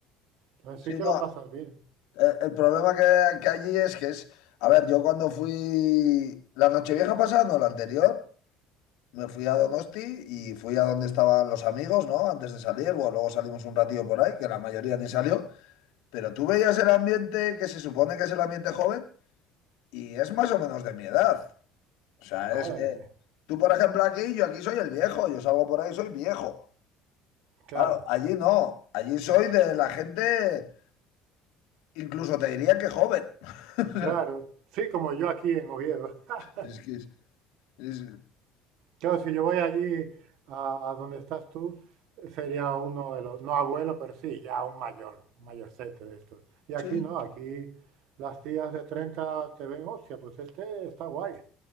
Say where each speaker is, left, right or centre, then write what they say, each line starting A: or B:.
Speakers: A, on the right; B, on the left.
A: Entonces
B: Sí,
A: sí que
B: no,
A: lo pasas bien.
B: Eh, El problema que, que allí es que es, a ver, yo cuando fui la Nochevieja pasada, no, la anterior, me fui a Donosti y fui a donde estaban los amigos, ¿no? Antes de salir, bueno, luego salimos un ratillo por ahí, que la mayoría ni salió, pero tú veías el ambiente que se supone que es el ambiente joven y es más o menos de mi edad. O sea,
A: Madre
B: es, eh,
A: mía,
B: tú por ejemplo aquí, yo aquí soy el viejo, yo salgo por ahí, soy viejo.
A: claro,
B: Claro, allí no, allí soy de la gente, incluso te diría que joven. <laughs>
A: claro. Sí, como yo aquí en Oviedo. <laughs>
B: Es que es- es-
A: Claro, si yo voy allí a, a donde estás tú, sería uno de los, no abuelo, pero sí, ya un mayor, un mayorcete de estos. Y aquí
B: Sí,
A: no, aquí las tías de 30 te ven, hostia, pues este está guay.